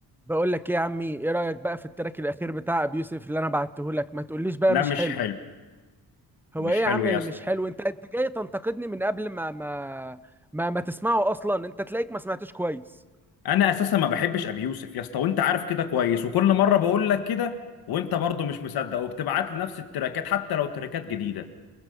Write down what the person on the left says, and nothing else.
لا
مش
حلو
مش
حلو
يا
اسطى
انا اساسا ما بحبش ابي يوسف يا اسطى وانت عارف كده كويس وكل مره بقول لك كده وانت برضو مش مصدق وبتبعت لي نفس التراكات حتى لو تراكات جديده